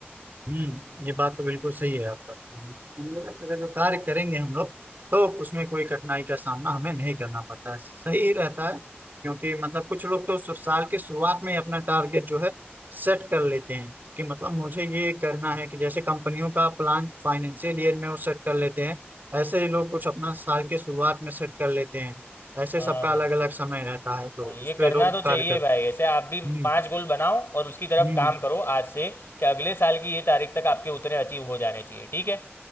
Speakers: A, on the right; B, on the left.
A: हम्म ये बात तो बिल्कुल सही है आपका हम हम लोग अगर जो कार्य करेंगे हम लोग तो उसमें कोई कठिनाई का सामना हमें नहीं करना पड़ता है सही रहता है क्योंकि मतलब कुछ लोग तो सु- साल के शुरुआत में ही अपना टारगेट जो है सेट कर लेते हैं कि मतलब मुझे ये करना है कि जैसे कंपनियों का प्लान फाइनेंशियल ईयर में वो सेट कर लेते हैं ऐसे ही लोग कुछ अपना साल के शुरुआत में सेट कर लेते हैं ऐसे
B: हाँ
A: सबका
B: भाई
A: अलग अलग समय रहता है तो
B: हाँ, ये
A: उस पर
B: करना
A: लोग
B: तो चाहिए
A: कार्य कर
B: भाई ऐसे आप भी
A: हम्म
B: पांच गोल बनाओ और उसकी तरफ
A: हम्म
B: काम करो आज से कि अगले साल की ये तारीख तक आपके उतने अचीव हो जाने चाहिए ठीक है